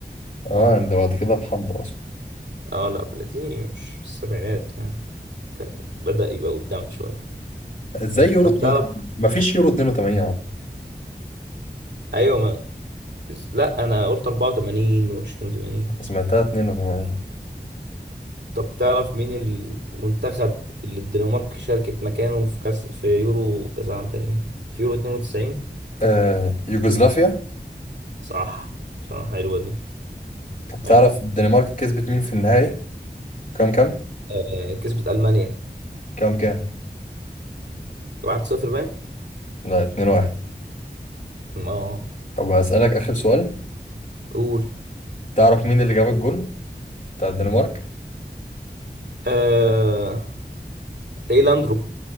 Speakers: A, on the left; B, on the right.
A: اه اللي بعد كده بحبة اصلا
B: اه لا بلاتيني مش في السبعينات يعني كان بدأ يبقى قدام شوية
A: ازاي يورو
B: طب
A: 82
B: تعرف
A: مفيش يورو 82 يا عم
B: ايوه ما... لا انا قلت 84 و 82
A: أنا سمعتها 82
B: طب تعرف مين المنتخب اللي الدنمارك شاركت مكانه في كاس في يورو كاس عام تاني في يورو 92
A: آه يوغوسلافيا
B: صح صح حلوة دي
A: طب تعرف
B: حلو.
A: الدنمارك كسبت مين في النهائي كام كام
B: آه، كسبت ألمانيا
A: كام كام
B: 1-0 باين
A: لا 2 1
B: اه
A: طب هسألك آخر سؤال
B: قول
A: تعرف مين اللي جاب الجول بتاع الدنمارك
B: آه... تلاقيه لاندروب